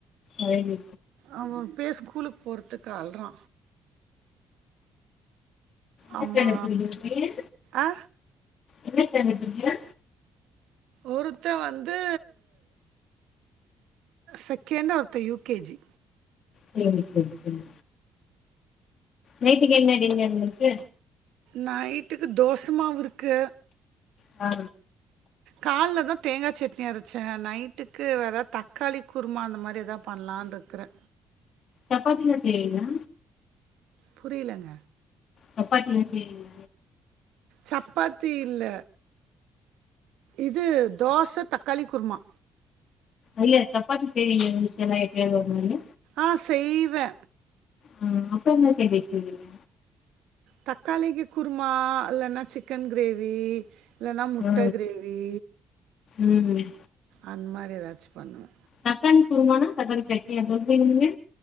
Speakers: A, on the left; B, on the right.
A: அழகு.
B: அவ இப்பயே ஸ்கூலுக்கு போறதுக்கு அழுறா
A: என்ன
B: அம்மா
A: ஸ்டாண்டர்ட் படிக்கிறா பைய?
B: ஆ
A: என்ன ஸ்டாண்டர்ட் படிக்கிறா?
B: ஒருத்த வந்து செகெண்ட், ஒருத்த யூ கே ஜி
A: சேரி சேரி சேரி நைட்க்கு என்ன டின்னர் நெக்ஸ்ட்
B: நைட்டுக்கு தோசமாவு இருக்கு
A: ஆ
B: கால்லதா தேங்கா சட்னி அரச்சே நைட்டுக்கு வேற எதா தக்காளி குருமா அந்த மாரி எதா பண்லானு இருக்கிறே
A: சப்பாத்திலா செய்வீங்ளா
B: புரியலங்க
A: சப்பாத்திலா செய்றீங்க
B: சப்பாத்தி இல்ல இது தோச தக்காளி குருமா
A: இல்ல சப்பாத்தி செய்வீங்களா டிஷ் நைட் அந்த ஒரு மாரி
B: ஆ செய்வே
A: ஆ அப்றோ என்ன சைடிஸ் செய்வீங்க
B: தக்காளிக்கு குருமா இல்லன்னா சிக்கன் கிரேவி இல்லன்னா முட்ட
A: ஆ
B: கிரேவி
A: ம்
B: அந்த மாரி ஏதாச்சு பண்ணுவே
A: தக்காளி குருமானா தக்காளி சட்னியா சொல்றீங்க நீங்க